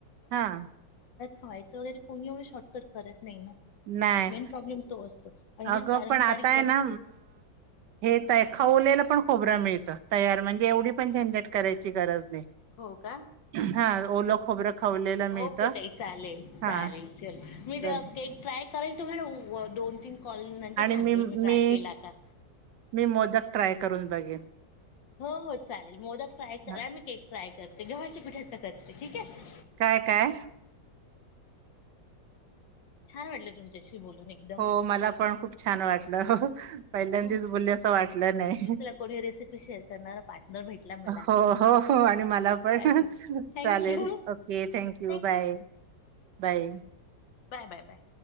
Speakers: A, on the right (about 70°); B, on the left (about 75°).
A: हा.
B: खवायचं वगैर कोण एवढं शॉर्ट करत नाही ना
A: नाही
B: मेन प्रॉब्लेम तो असतो. आणि ह्या
A: अगं
B: पारंपरिक
A: पण आता आहे
B: वस्तू
A: ना हे ते खवलेलं पण खोब खोबरं मिळत तयार म्हणजे एवढी पण झंझट करायची गरज नाही
B: हो का?
A: हा ओल खोबरं खवलेलं मिळतं
B: ओके त‌ई चालेल
A: हा
B: चालेल चल मी
A: तर
B: ते केक ट्राय करायन तुम्हाला दोन तीन कॉल नंतर
A: आणि
B: सांगेल
A: मी
B: ट्राय
A: मी
B: केला का
A: मी मोदक ट्राय करून बघेन.
B: हो हो चालेल मोदक ट्राय करा
A: हा
B: आमही केक ट्राय करते गव्हाच्या पिठाचा करते ठीक आहे
A: काय काय
B: छान वाटलं तुमच्याशी बोलून एकदम
A: हो मला पण खूप छान वाटलं पहिल्यांदीच
B: हम्म,
A: बोलले असं वाटलं नाही
B: चला कोणी रेसिपी शेअर करणारा पार्टनर भेटला मला
A: हो हो हो आणि मला
B: चालेल
A: पण
B: थँक
A: चालेल
B: you
A: okay thank you
B: thank you
A: bye. Bye.
B: Bye bye bye.